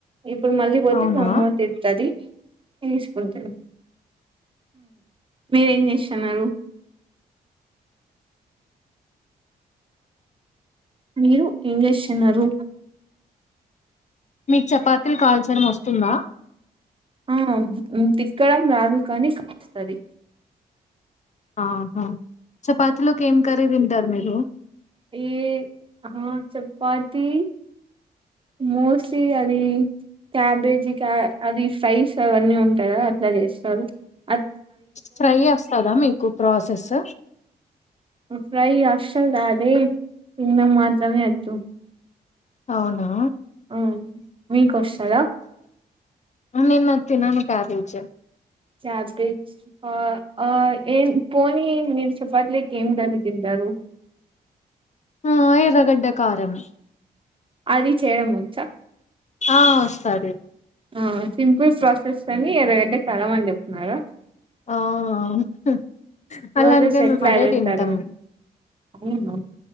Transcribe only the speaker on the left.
అవునా
మీకు చపాతీలు కాల్చడం వస్తుందా
ఆహా చపాతిలోకి ఏం కర్రీ తింటారు మీరు
ఫ్రై వస్తదా మీకు ప్రాసెస్
అవునా
అ నేను అది తినను క్యాబేజ్
ఆ ఎర్రగడ్డ కారం
ఆ వస్తాది
ఆ హు
అలానిగా
మేము అదే
తింటాము